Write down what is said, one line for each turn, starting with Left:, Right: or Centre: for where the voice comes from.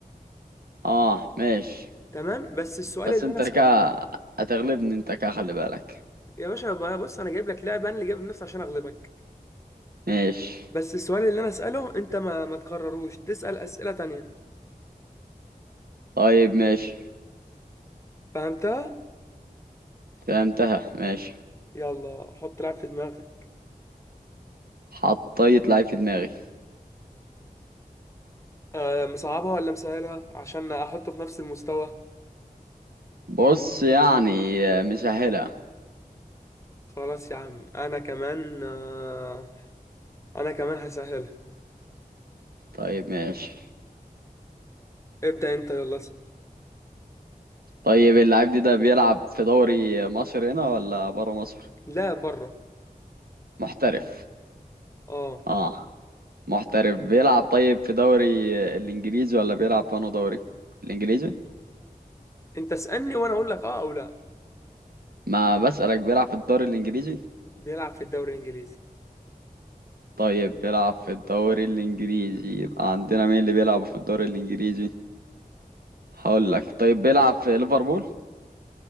Right: أه ماشي
Left: تمام بس السؤال
Right: بس
Left: اللي
Right: أنت
Left: انا اساله
Right: كا هتغلبني أنت كا خلي بالك
Left: يا باشا ما انا بص انا جايب لك لعبه انا اللي جايب نفسي عشان اغلبك
Right: ماشي
Left: بس السؤال اللي انا اساله انت ما ما تكرروش تسال اسئله تانية
Right: طيب ماشي
Left: فهمتها
Right: فهمتها ماشي
Left: يلا حط لعب في دماغك
Right: حطيت لعيب في دماغي
Left: أه، مصعبها ولا مسهلها عشان احطه في نفس المستوى
Right: بص يعني مسهلة
Left: خلاص يا عم انا كمان آه، انا كمان هسهلها
Right: طيب ماشي
Left: ابدا انت يلا اسال
Right: طيب اللاعب دي ده بيلعب في دوري مصر هنا ولا بره مصر
Left: لا بره
Right: محترف
Left: اه
Right: اه محترف بيلعب طيب في دوري الانجليزي ولا بيلعب في انه دوري الانجليزي
Left: انت اسالني وانا اقول لك اه او لا
Right: ما بسألك بيلعب في الدوري الانجليزي
Left: بيلعب في الدوري الانجليزي
Right: طيب بيلعب في الدوري الانجليزي يبقى عندنا مين اللي بيلعب في الدوري الانجليزي هقول لك طيب بيلعب في ليفربول